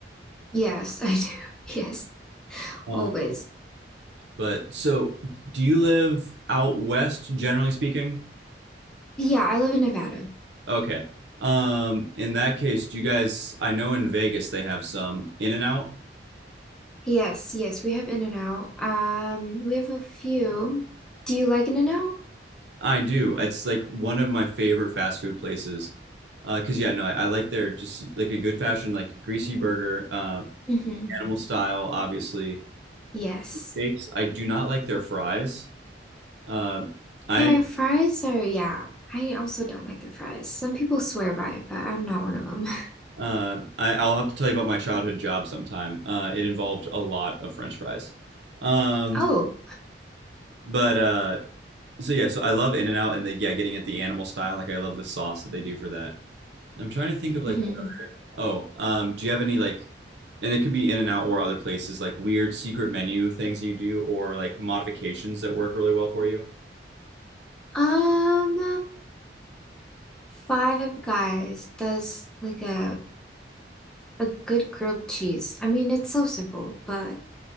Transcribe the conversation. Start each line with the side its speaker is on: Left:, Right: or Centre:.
Centre: Yes, I do. <laughs> Yes,
Right: Uh,
Centre: always.
Right: but so, do you live out west, generally speaking?
Centre: Yeah, I live in Nevada.
Right: Okay. Um, in that case, do you guys? I know in Vegas they have some in n out
Centre: Yes, yes, we have In-N-Out. Um, we have a few. Do you like In-N-Out?
Right: I do. It's like one of my favorite fast food places. Uh, 'cause yeah, no, I, I like their just like a good fashion, like a greasy burger, uh,
Centre: Mm-hmm.
Right: animal style, obviously.
Centre: Yes.
Right: Bakes. I do not like their fries. Um, I
Centre: Their fries are, yeah, I also don't like their fries. Some people swear by it, but I'm not one of them. <laughs>
Right: Uh, I, I'll have to tell you about my childhood job sometime. Uh, it involved a lot of French fries. Um,
Centre: Oh,
Right: but uh, so yeah, so I love in and out and the yeah, getting at the animal style. Like I love the sauce that they do for that. I'm trying to think of like
Centre: hmm
Right: what other. Oh, um, do you have any like? And it could be in and out or other places like weird secret menu things you do or like modifications that work really well for you.
Centre: um, Five Guys does like a a good grilled cheese. I mean, it's so simple, but